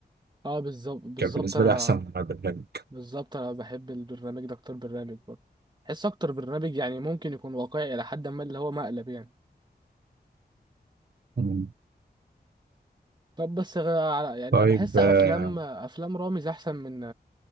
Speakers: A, on the right (about 25°); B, on the right (about 70°).
A: اه بالظبط بالظبط
B: كان بالنسبة
A: انا
B: لي احسن برنامج
A: بالظبط انا بحب البرنامج ده اكتر برنامج برضه بحس اكتر برنامج يعني ممكن يكون واقعي الى حد ما اللي هو مقلب يعني
B: مم.
A: طب بس غ- على- يعني
B: طيب
A: انا بحس
B: اه
A: افلام افلام رامز احسن من